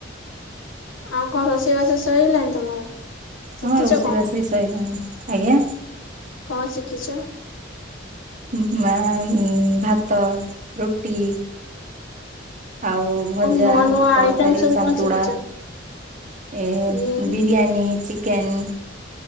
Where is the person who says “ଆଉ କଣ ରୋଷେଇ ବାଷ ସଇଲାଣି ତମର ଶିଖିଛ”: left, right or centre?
Left